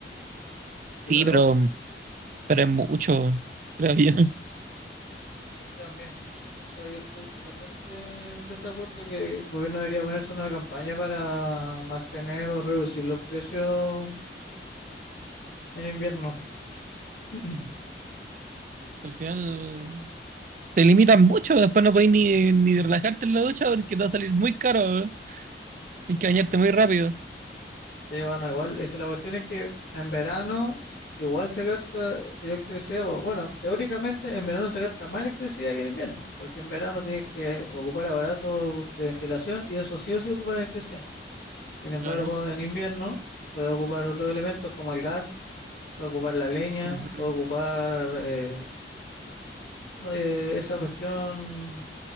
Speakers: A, on the left; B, on the right.
A: Esa
B: Sí,
A: es la
B: pero,
A: cuestión.
B: pero es mucho, creo yo. <laughs>
A: También. O sea, yo estoy totalmente en desacuerdo de que el gobierno debería ponerse una campaña para mantener o reducir los precios en invierno. <clears throat>
B: Al final te limitan mucho, después no podés ni, ni relajarte en la ducha porque te va a salir muy caro, ¿eh? Hay que bañarte muy rápido.
A: Sí, bueno, igual, es que la cuestión es que en verano igual se gasta electricidad. bo- Bueno, teóricamente en verano se gasta más electricidad que en invierno, porque en verano tienes que ocupar aparatos de ventilación y eso sí o sí ocupa electricidad. Sin embargo,
B: Claro.
A: en invierno puede ocupar otros elementos como el gas, puede ocupar la leña,
B: Ujú,
A: puede ocupar eh, no, eh, esa cuestión